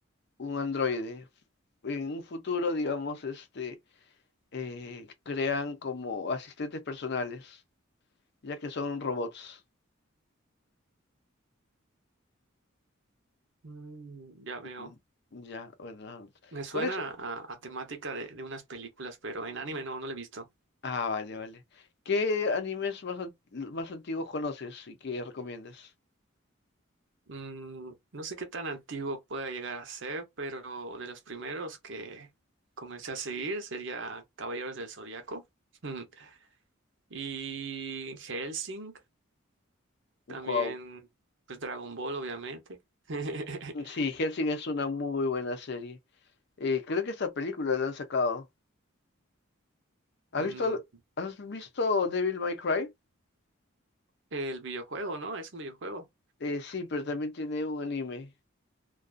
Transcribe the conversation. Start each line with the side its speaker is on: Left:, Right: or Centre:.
Left: un androide. En un futuro, digamos, este, eh, crean como asistentes personales, ya que son robots.
Right: Mm, ya veo.
Left: Ujú. Ya, bueno.
Right: Me suena
Left: ¿Cuál es?
Right: a, a temática de, de unas películas, pero en anime no, no lo he visto.
Left: Ah, vale, vale. ¿Qué animes más, an- más antiguos conoces y que recomiendas?
Right: Mm, no sé qué tan antiguo pueda llegar a ser, pero de los primeros que comencé a seguir sería Caballeros del Zodiaco <laughs> Mm, y Hellsing, también
Left: Wow.
Right: pues Dragon Ball, obviamente. <laughs>
Left: Sí, Helsing es una muy buena serie. Eh, creo que esta película la han sacado. ¿Has
Right: Mm,
Left: visto, has visto Devil May Cry?
Right: el videojuego, ¿no? Es un videojuego.
Left: Eh, sí, pero también tiene un anime.